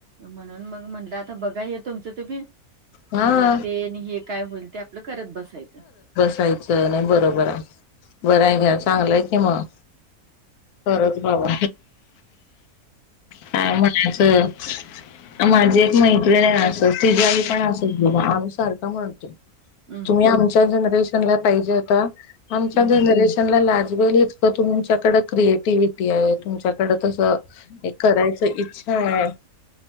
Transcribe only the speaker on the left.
हा
यचं नाही बरोबर आहे बरंय गं चांगलंय की मग <unintelligible> बाबा. काय म्हणायचं माझी एक मैत्रिण आहे असं तिची आई पण <unintelligible> आम्ही सारखं भांडतोय.
तुम्ही आमच्या <unintelligible> जणरेशन ला पाहिजे होता. आमच्या
जनरेशन ला आज इतक तुमच्याकड क्रिएटिव्हिटी आहे तुमच्याकड तसं एक करायच इच्छा आहे.